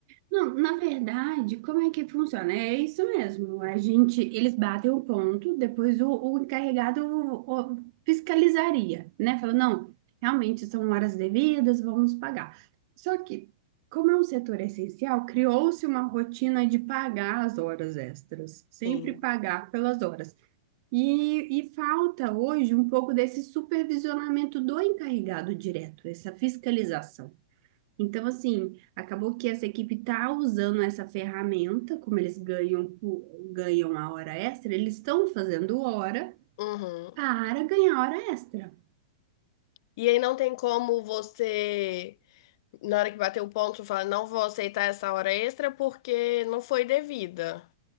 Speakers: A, on the right; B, on the left.
A: Não, na verdade, como é que funciona? É isso mesmo. A gente, eles batem o ponto, depois o, o encarregado o- fiscalizaria, né? Falou, não, realmente são horas devidas, vamos pagar. Só que, como é um setor essencial, criou-se uma rotina de pagar as horas extras, sempre
B: Sim.
A: pagar pelas horas. E, e falta hoje um pouco desse supervisionamento do encarregado direto, essa fiscalização. Então, assim, acabou que essa equipe está usando essa ferramenta, como eles ganham, ganham a hora extra, eles estão fazendo hora
B: Uhum.
A: para ganhar hora extra.
B: E aí não tem como você, na hora que bater o ponto, falar, não vou aceitar essa hora extra porque não foi devida.